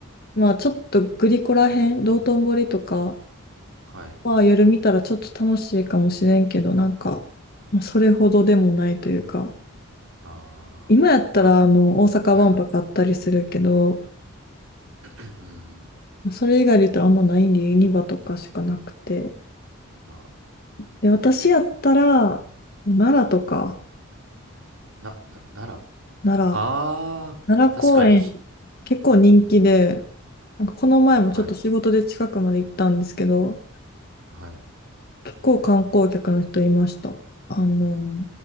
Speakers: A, on the left; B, on the right.
A: まあちょっとグリコらへん、道頓堀とか
B: はい、
A: は夜見たらちょっと楽しいかもしれんけど、なんか、まあそれほどでもないというか。
B: あー、
A: 今やったら、
B: あ、
A: あの、大阪万博あったりするけど、
B: はい、うん、
A: それ以外で言ったらあんまないんで、ユニバとかしかなくて。
B: あ、
A: で、私やったら、奈良とか、
B: な、な、奈良
A: 奈良、
B: あー、
A: 奈良公園、
B: 確かにひ、
A: 結構人気で、
B: うん、
A: なんかこの前もちょっと仕事で近くまで行ったんですけど、
B: はい、はい、
A: 結構観光客の人いました。あの、